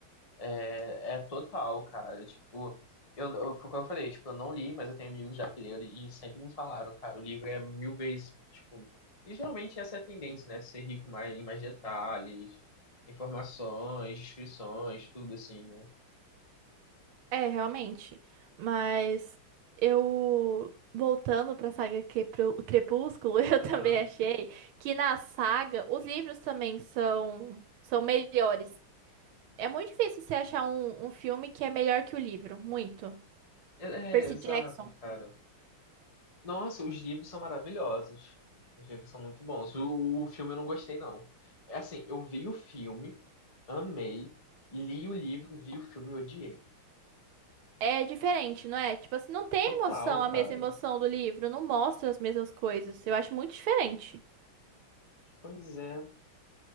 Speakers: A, on the left (about 20°); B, on the right (about 80°).
A: É, é total, cara. Tipo, eu, eu, foi o que eu falei, tipo, eu não li, mas eu tenho amigos já que leram e sempre me falaram, cara, o livro é mil vezes, tipo. E geralmente essa é a tendência, né? Ser rico mais, em mais detalhes, informações, descrições, tudo assim, né?
B: É, realmente. Mas eu, voltando pra saga Crepú- Crepúsculo, <laughs> eu
A: Aham.
B: também achei que na saga os livros também são, são melhores. É muito difícil você achar um, um filme que é melhor que o livro, muito.
A: É,
B: Percy
A: é, exato,
B: Jackson
A: cara. Nossa, os livros são maravilhosos. Os livros são muito bons. O, o filme eu não gostei, não. É Assim, eu vi o filme. amei, li o livro, vi o filme e odiei.
B: é diferente, não é? Tipo assim, não tem
A: Total,
B: emoção, a mesma
A: cara.
B: emoção do livro, não mostra as mesmas coisas. Eu acho muito diferente.
A: Pois é.